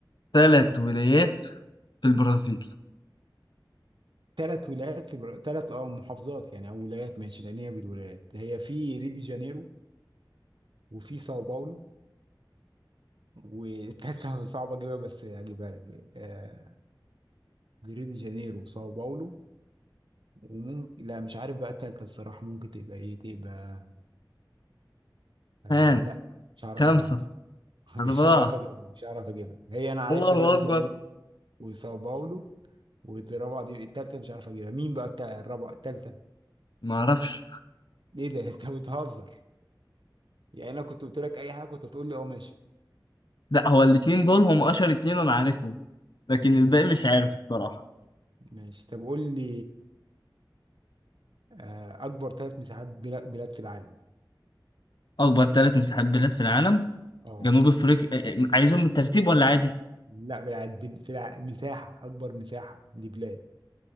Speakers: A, on the left; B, on the right.
A: ثلاث ولايات في البرازيل
B: ثلاث ولايات في ثلاث اه محافظات يعني او ولايات ماشي لان هي بالولايات هي في ريو دي جانيرو وفي ساو باولو والتالتة <laughs> صعبة اجيبها بس هجيبها لك آه ريو دي جانيرو وساو باولو وممكن لا مش عارف بقى التالتة الصراحة ممكن تبقى ايه تبقى آه
A: ها
B: لا مش هعرف
A: خمسة
B: اجيبها اصلا <laughs> مش
A: أربعة
B: هعرف اجيبها مش هعرف اجيبها هي انا عارف
A: الله
B: ريو دي
A: أكبر
B: جانيرو وساو باولو والرابعة دي التالتة مش عارف اجيبها مين بقى التا- الرابعة التالتة
A: ما أعرفش
B: ايه ده <laughs> انت بتهزر يعني انا كنت قلت لك اي حاجة كنت هتقول لي اه ماشي
A: لا هو الاتنين دول هم أشهر اتنين أنا عارفهم لكن
B: مم.
A: الباقي مش عارف الصراحة
B: ماشي طب قول لي آه، اكبر ثلاث مساحات بلا- بلاد في العالم
A: أكبر ثلاث مساحات بلاد في العالم
B: اه
A: جنوب أفريقيا آه، آه، عايزهم بالترتيب ولا عادي؟
B: لا بلاد بل- في الع... مساحة اكبر مساحة لبلاد